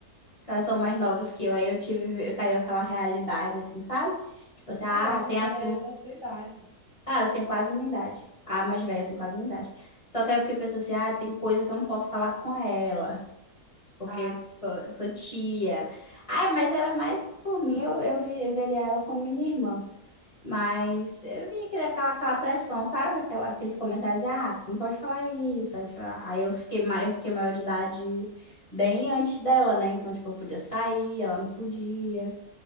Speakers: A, on the left (about 20°); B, on the right (about 20°).
A: que elas são mais novas que eu, aí eu tive, eu caiu aquela realidade, assim, sabe? Tipo assim, ah,
B: Ah, eu achei
A: tem
B: que
A: assunto.
B: ela era da sua idade.
A: Ah, elas têm quase minha idade. A mais velha tem quase minha idade. Só que aí eu fiquei pensando assim, ah, tem coisa que eu não posso falar com ela. porque
B: Ah,
A: sou, sou tia. Ai, mas era mais por mim, eu, eu, vi- eu veria ela como minha irmã. Mas eu vinha aquele- aquela, aquela pressão, sabe? Aquela, aqueles comentários, ah, não pode falar isso. Aí, fa- aí eu fiquei, ma- eu fiquei maior de idade bem antes dela, né? Então, tipo, eu podia sair, ela não podia.